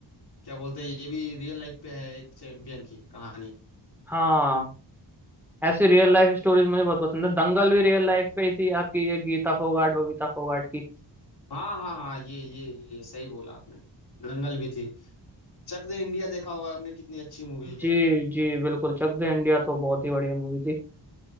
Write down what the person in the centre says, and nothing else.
हाँ ऐसी रियल लाइफ स्टोरीज मुझे बहुत पसंद है दंगल भी रियल लाइफ पे ही थी आपकी ये गीता फोगाट बबीता फोगाट की
जी
जी बिल्कुल चक दे इंडिया तो बहुत ही बढ़िया मूवी थी